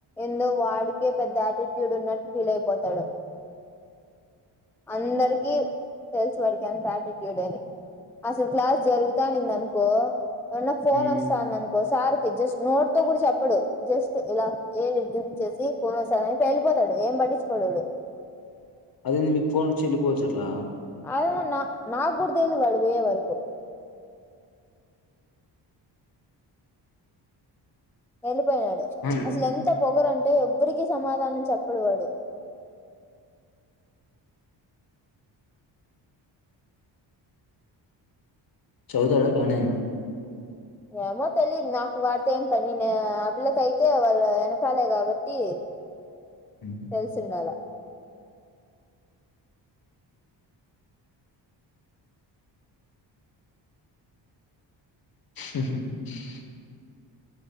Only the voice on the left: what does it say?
హ్మ్
అదేంది మీకు ఫోన్ వచ్చి వెళ్ళిపోవచ్చ అట్లా
అవును
చదువుతాడ బానే
ఉహు
<unintelligible>